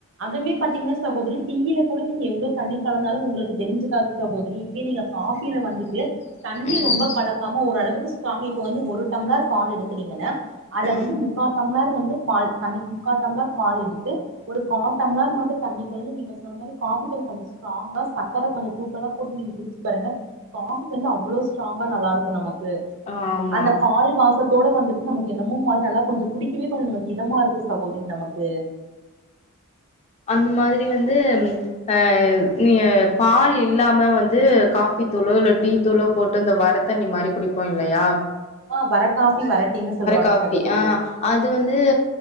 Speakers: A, on the right (about 60°); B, on the left (about 30°).
A: அதுமே பாத்தீங்கனா சகோதரி டீயில கூட நீங்க எவ்ளோ தண்ணி கலந்தாலு உங்களுக்கு தெரிஞ்சுக்காது சகோதரி இப்டி நீங்க காஃபில வந்துட்டு தண்ணி
B: ம்
A: ரொம்ப கலக்காம ஓரளவுக்கு ஸ்ட்ராங் இப்ப வந்து ஒரு டம்ளார் பால் எடுக்குறீங்கன்ன அதுல
B: ம்
A: வந்து முக்கா டம்ளார் வந்து பால் தனி முக்கா டம்ளார் பால் எடுத்து ஒரு கா டம்ளர் மட்டு தண்ணி கலந்து நீங்க சொன்ன மாரி காஃபி தூள் கொஞ்ச ஸ் ஸ்ட்ராங்கா சக்கர கொஞ்ச தூக்கலா போட்டு நீங்க குடுச்சு பாருங்க காஃபி வந்து அவ்ளோ ஸ்ட்ராங்கா நல்லா இருக்கு நமக்கு
B: ஆமா
A: அந்த பால் வாச த்தோட வந்துட்டு நமக்கு என்னமோ மாரி நல்லா கொஞ்ச குடிக்கவே கொஞ்சம் நமக்கு இதமா இருக்கு சகோதரி நமக்கு
B: அந்த மாதிரி வந்து ஆ நீங்க பால் இல்லாம வந்து காஃபி தூளோ இல்ல டீ தூளோ போட்டு இந்த வர தண்ணி மாரி குடிப்போ இல்லயா
A: ஆ வர காஃபி வர டீ னு சொல்வாங்க
B: காஃபி
A: சகோதரி
B: ஆ அது வந்து